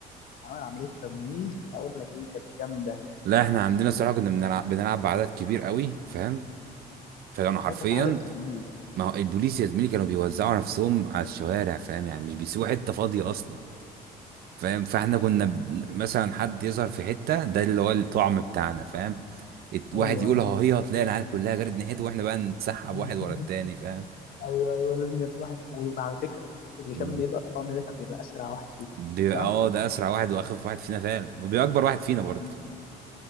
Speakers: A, on the left; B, on the right.
A: عمل عملية تمويه أقول لك إيه كانت جامدة
B: لا احنا عندنا الصراحه كنا بنلعب بنلعب بعدد كبير قوي فاهم فكانوا حرفيا
A: هي كانت عدد كبير
B: ما هو البوليس يا زميلي كانوا بيوزعوا نفسهم على الشوارع فاهم يعني مش بيسيبوا حته فاضيه اصلا فاهم فاحنا كنا ب- مثلا حد يظهر في حته ده اللي هو الطعم بتاعنا فاهم ات- واحد
A: أيوه
B: يقول
A: أيوه
B: ها هي هتلاقي العيال كلها جرت ناحيته واحنا بقى نتسحب
A: <laughs>
B: واحد ورا التاني فاهم
A: أيوه أيوه لازم يبقى في واحد وعلى فكرة اللي
B: مم.
A: كان بيبقى الطعم ده كان بيبقى أسرع واحد فيكم
B: بيبقى
A: صح؟
B: اه ده اسرع واحد واخف واحد فينا فعلا وبيبقى اكبر واحد فينا برضه
A: مم.